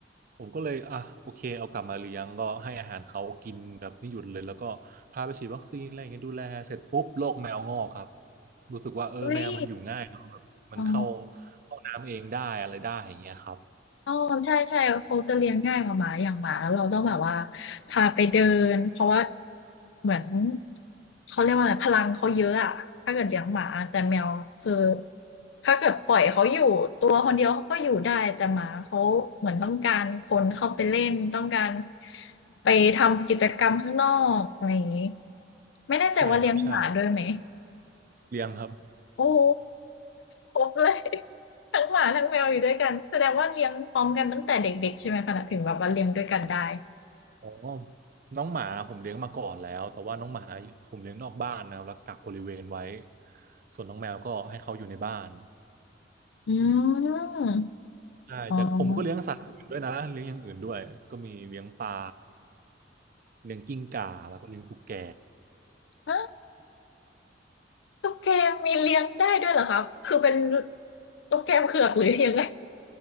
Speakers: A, on the right; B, on the left.
A: ผมก็เลยอ่ะโอเคเอากลับมาเลี้ยงก็ให้อาหารเขากินแบบไม่หยุดเลยแล้วก็พาไปฉีดวัคซีนอะไรอย่างเงี้ยดูแลเสร็จปุ๊บโรคแมวงอกครับรู้สึกว่าเออแมวมันอยู่ง่ายเนอะแบบมันเข้า
B: อุ้ยอ๋อ
A: ห้องน้ำเองได้อะไรได้อย่างเงี้ยครับ
B: อ๋อใช่ๆเขาจะเลี้ยงง่ายกว่าหมาอย่างหมาเราต้องแบบว่าพาไปเดินเพราะว่าเหมือนเขาเรียกว่าอะไรพลังเขาเยอะอะถ้าเกิดเลี้ยงหมาแต่แมวคือถ้าเกิดปล่อยเขาอยู่ตัวคนเดียวเขาก็อยู่ได้แต่หมาเขาเหมือนต้องการคนเข้าไปเล่นต้องการไปทำกิจกรรมข้างนอกอะไรอย่างงี้ไม่แน่ใจว่าเลี้ยงหมาด้วยไหม
A: ใช่ครับใช่เลี้ยงครับ
B: โอ้ <laughs> โฮครบเลย <laughs> ทั้งหมาทั้งแมวอยู่ด้วยกันแสดงว่าเลี้ยงพร้อมกันตั้งแต่เด็กๆใช่ไหมคะถึงแบบว่าเลี้ยงด้วยกันได้
A: อ๋อน้องหมาผมเลี้ยงมาก่อนแล้ว แต่ว่าน้องหมาผมเลี้ยงนอกบ้านนะครับแล้วกักบริเวณไว้ ส่วนน้องแมวก็ให้เขาอยู่ในบ้าน
B: อืม
A: ใช่แต่ผมก็เลี้ยงสัตว์อื่นด้วยนะเลี้ยงอย่างอื่นด้วยก็มีเลี้ยงปลา
B: อ๋อ
A: เลี้ยงกิ้งก่าแล้วก็เลี้ยงตุ๊กแก
B: ฮะตุ๊กแกมีเลี้ยงได้ด้วยเหรอคะคือเป็นตุ๊กแกเผือกหรือยังไง